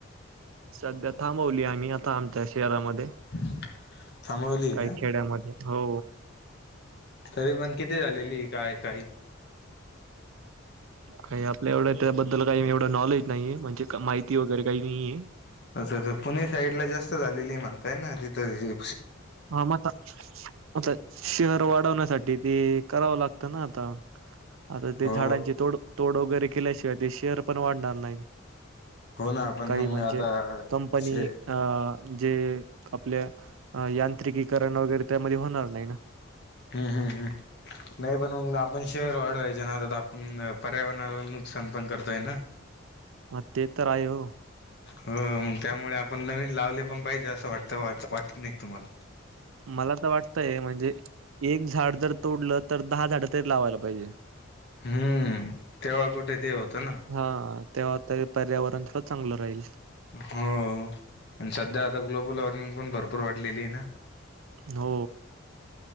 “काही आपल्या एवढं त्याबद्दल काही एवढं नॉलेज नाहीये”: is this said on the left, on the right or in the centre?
Right